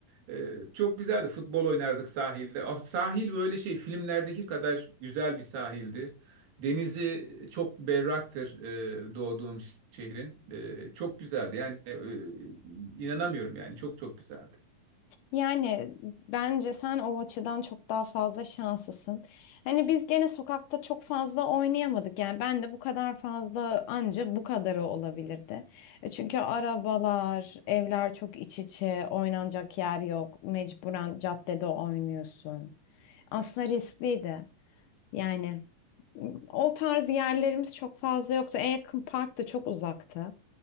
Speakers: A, on the right; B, on the left.
A: Ee, çok güzeldi. Futbol oynardık sahilde. Ah, Sahil böyle şey filmlerdeki kadar güzel bir sahildi. Denizi çok berraktır e, doğduğum ş- şehrin. E, çok güzeldi. Yani e, inanamıyorum yani çok çok güzeldi.
B: Yani bence sen o açıdan çok daha fazla şanslısın. Hani biz gene sokakta çok fazla oynayamadık. Yani ben de bu kadar fazla anca bu kadarı olabilirdi. E Çünkü arabalar, evler çok iç içe, oynanacak yer yok. Mecburen caddede oynuyorsun. Aslında riskliydi. Yani m, o tarz yerlerimiz çok fazla yoktu. En yakın park da çok uzaktı.